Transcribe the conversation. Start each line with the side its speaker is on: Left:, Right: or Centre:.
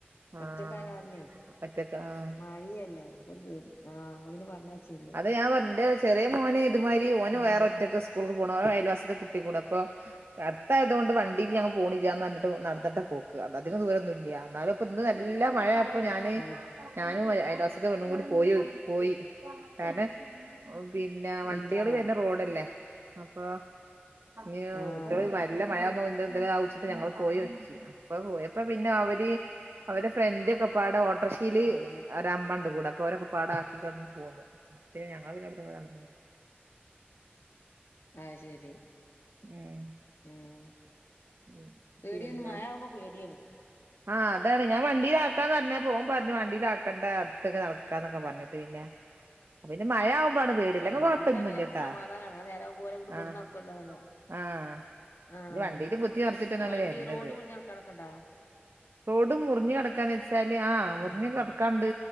Left: ഒറ്റക്കായകാരനെ
Right: ആഹ് ഒറ്റക്ക് ആഹ്
Left: മഴീഅല്ലേ. ഒരു പേടി ആഹ് അപ്പോ പിന്നെ പറഞ്ഞയച്ചീല്ല്യ.
Right: അത് ഞാൻ വോ. ന്റെ ചെറിയ മോന്ഇത് മായിരി ഓന്
Left: പിന്നെ
Right: വേറെ ഒറ്റക്കാ സ്കൂളക് പോണ്. ഓൻ അയൽവാസിത്തെകു കൂടെ ഇപ്പൊ അട്ത്തായതോണ്ട് വണ്ടി വണ്ടി ഇല്ലെങ്കി ഞാൻ പോണില്ല്യന്ന്ർഞ്ഞിട്ട്. നടന്നട്ട പോക്ക് അത്ധികം ദൂരൊന്നുല്ല്യ ന്നാലും ഇപ്പോ ഇന്ന് നല്ല മഴ അപ്പൊ ഞാന്
Left: ആഹ്
Right: ഞാനും അയൽവാസിത്തെ പെണ്ണും കൂടി പോയി പോയി കാരണെ പിന്നെ വണ്ടയാള്
Left: വിളിക്കാനാ
Right: വര്ണ റോഡല്ലേ അപ്പൊ ഇ
Left: ആഹ്
Right: കുട്ടിള് വല്ല മയാവുബോ ന്ത് എന്തെങ്കിലും. ആവൂച്ചിട്ട്. ഞങ്ങള് പോയോക്കി അപ്പ. പോയപ്പ പിന്നെ അവര് അവന്റെ ഫ്രണ്ട് ഒക്കെ പാടെ ഓട്ടോർഷ യില്.
Left: ആഹ് ശരി
Right: ഓരമ്മണ്ട് കൂടെ അപ്പൊ ഓരൊക്കെ പാടാക്കി കാണ്ട് പോന്ന്. അപ്പ പിന്നെ ഞങ്ങൾ പിന്നെ അവിടെന്ന് നടന്ന് വന്ന്
Left: അഹ് ശെരി
Right: ഉം
Left: ഏഹ്
Right: ഉ
Left: പേടിയാണ്
Right: പിന്നെ
Left: മഴയാവുമ്പോ പേടിയാണ്
Right: ആഹ് അതാണ് ഞാൻ വണ്ടിയില ആക്കാന്ന് പറഞ്ഞ ഓൻ പറഞ്ഞ് വണ്ടിയിലാക്കണ്ട അടുത്ത്ക്ക് നടക്കാന്നൊക്കെ പറഞ്ഞിട്ട് പിന്നെ പിന്നെ മഴ ആവുമ്പാണ് പേടി ഇല്ലെങ്കി
Left: ആ
Right: കൊഴപ്പൊന്നുല്ലട്ടാ
Left: വണ്ടിലാകുമ്പം പിന്നെ നമുക്ക് സമാധാനാണ് ആ നേരം ആകുമ്പോ ഓരെ ഇങ്ങട്ട് കൊണ്ടുന്ന്
Right: ആഹ്
Left: ആക്കുല്ലോ ന്ന് ള്ള
Right: ആഹ്
Left: ആഹ്
Right: ഇത് വണ്ടിയില് കുത്തി മറിച്ചിട്ടന്നെയാണ്
Left: വണ്ടി
Right: വരണത്
Left: റോഡ് മുറിഞ്ഞടക്കാനോക്കെണ്ടാ
Right: റോഡ് മുറിഞ്ഞു കെടക്കാന്നെച്ച ശല ആ മുറിഞ്ഞ്
Left: ആഹ്
Right: കിടക്കാണ്ട്